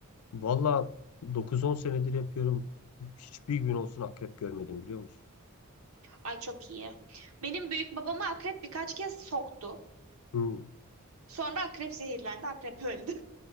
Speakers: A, on the left (about 85°); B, on the right (about 75°).
A: Valla dokuz on senedir yapıyorum. Hiçbir gün olsun akrep görmedim biliyor musun?
B: Ay çok iyi. Benim büyük babamı akrep birkaç kez soktu.
A: Hı.
B: Sonra akrep zehirlendi, akrep öldü.